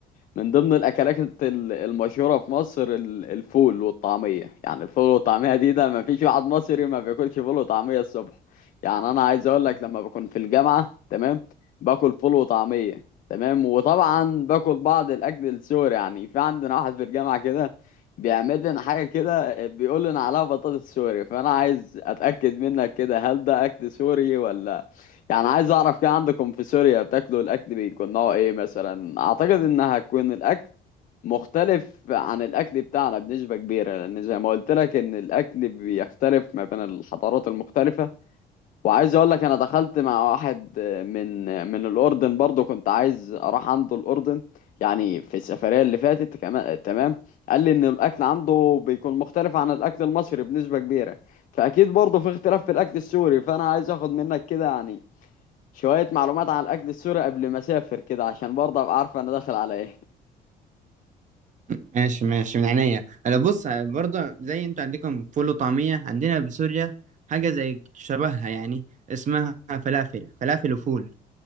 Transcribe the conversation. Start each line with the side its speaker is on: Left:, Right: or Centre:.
Left: من ضمن الاكلات ال- المشهوره في مصر ال- الفول والطعميه يعني الفول والطعميه دي ده ما فيش واحد مصري ما بياكلش فول وطعميه الصبح يعني انا عايز اقول لك
Right: آه.
Left: لما بكون في الجامعه تمام باكل فول وطعميه تمام وطبعا باكل بعض الاكل السوري يعني في عندنا واحد في الجامعه كده بيعمل لنا حاجه كده بيقول لنا عليها بطاطس سوري فانا عايز اتاكد منك كده هل ده اكل سوري ولا يعني عايز اعرف كده عندكم في سوريا بتاكلوا الاكل بيكون نوعه ايه مثلا اعتقد انها هتكون الاكل مختلف عن الاكل بتاعنا بنسبة كبيرة لان زي ما قلت لك ان الاكل بيختلف ما بين الحضارات المختلفة وعايز اقول لك انا دخلت مع واحد من من الاردن برضو كنت عايز اروح عنده الاردن يعني في السفرية اللي فاتت كمان تمام قال لي ان الاكل عنده بيكون مختلف عن الاكل المصري بنسبة كبيرة فاكيد برضو في اختلاف في الاكل السوري فانا عايز اخد منك كده يعني شوية معلومات عن الأكل السوري قبل ما أسافر كده عشان برضه أبقى عارفة أنا داخل على إيه
Right: ماشي ماشي من عينيا انا بص برضه زي انتوا عندكم فول وطعمية عندنا بسوريا حاجة زي شبهها يعني اسمها فلافل فلافل وفول